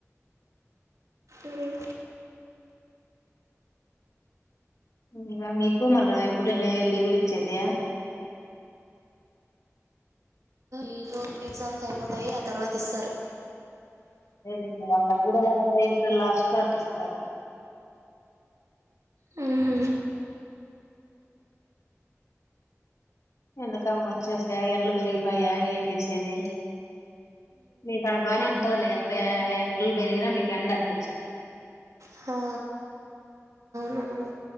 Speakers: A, on the right (about 80°); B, on the left (about 75°).
A: ఉం
B: ఇంకా మీకు మళ్ళా ఎప్పుడులా లీవులు ఇచ్చేది
A: ఈలో ఎగ్జామ్స్ అయిపోతాయి ఆ తర్వాత ఇస్తారు
B: ఆ లే వాళ్ళకు కూడా ఏప్రిల్ లాస్ట్ లో అటి ఇస్తారు.
A: హు ఉమ్
B: ఎండాకాలం వచ్చాసే ఎండాల్ పెరిగి పాయా ఏం చేసేది మీకు అడ బాగానే ఉంటదిలే ఎండల్ పెరిగిన మీకు ఎండ అనిపించదు.
A: హా అవును